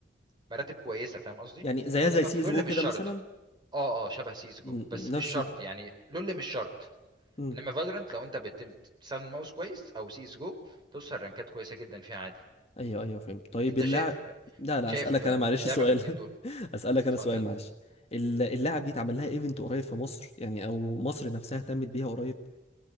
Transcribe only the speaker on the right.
مراتب كويسه فاهم قصدي
انما
في
لول
مش شرط
اه اه شبه سي اس جو
بس
مش
شرط يعني لول مش شرط
انما فالورانت لو انت بتم تستخدم ماوس كويس او سي اس جو توصل رانكات كويسه جدا فيها عادي
انت
شايف
شايف
لعبه
من الاثنين دول
اتفضل